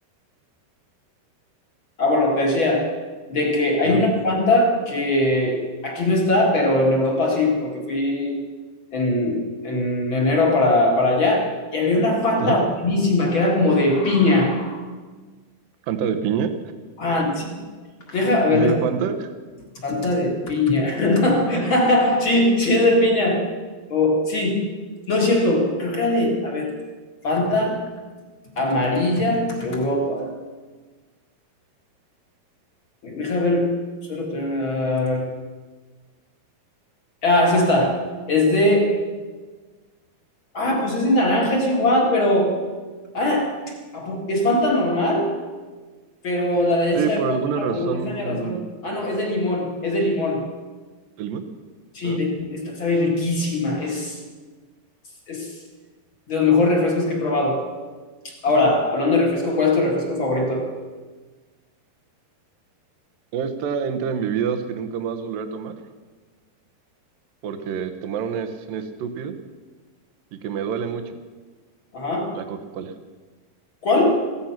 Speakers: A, on the left; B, on the right.
A: Ah, bueno, te decía, de que hay
B: Ajá.
A: una Fanta que aquí no está, pero en Europa sí, porque fui en, en enero para, para allá y había una Fanta
B: Ajá.
A: buenísima que era como de piña.
B: Fanta de piña.
A: Ah, sí, deja, a
B: ¿Hiciera
A: ver, deja,
B: Fanta?
A: Fanta de piña. <laughs> Sí, sí es de piña. O sí, no es cierto, creo que era de, a ver, Fanta amarilla Europa. Deja ver, suelo obtener, a ver. Ah, es esta, es de Ah, pues es de naranja, es igual, pero. Ah, ¿a po- es Fanta normal, pero la de allá
B: Sí,
A: sabe
B: por
A: más
B: alguna
A: buena
B: razón,
A: por una extraña razón. Ah, no, es de limón, es de limón.
B: el limón,
A: Sí,
B: ¿eh?
A: de- esta sabe riquísima, es, es de los mejores refrescos que he probado. Ahora, hablando de refresco, ¿cuál es tu refresco favorito?
B: Esta entra en bebidas que nunca más volveré a tomar, porque tomar una decisión estúpida y que me duele mucho,
A: Ajá.
B: la Coca-Cola,
A: ¿Cuál?